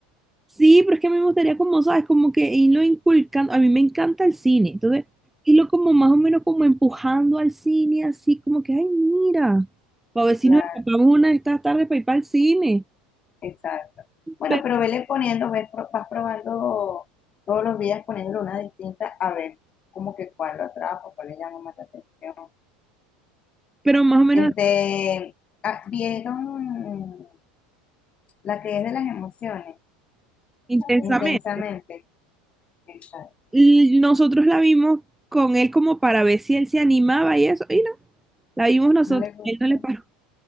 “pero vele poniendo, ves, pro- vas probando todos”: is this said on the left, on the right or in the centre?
Left